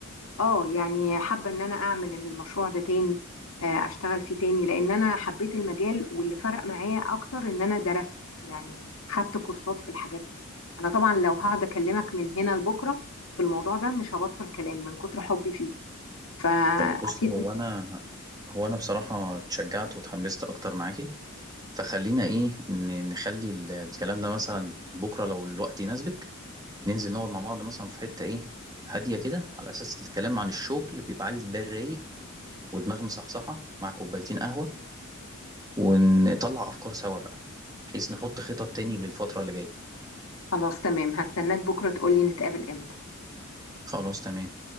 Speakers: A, on the left (about 75°); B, on the right (about 20°).
A: اه يعني حابة ان انا اعمل المشروع ده تاني آه، اشتغل فيه تاني لان انا حبيت المجال واللي فرق معايا اكتر ان انا درست يعني خدت كورسات في الحاجات دي انا طبعا لو هقعد اكلمك من هنا لبكرة في الموضوع ده مش هبطل كلام من كتر حبي فيه فاكيد
B: طيب بصي هو انا هو انا بصراحه اتشجعت واتحمست اكتر معاكي فخلينا ايه ن- نخلي ال- الكلام ده مثلا بكره لو الوقت يناسبك ننزل نقعد مع بعض مثلا في حته ايه هاديه كده على اساس الكلام عن الشغل بيبقى عايز بال رايق ودماغ مصحصحه مع كوبايتين قهوه ونطلع افكار سوا بقى بحيث نحط خطط تاني للفتره اللي جايه
A: خلاص تمام هستناك بكرة تقولي نتقابل امتى
B: خلاص تمام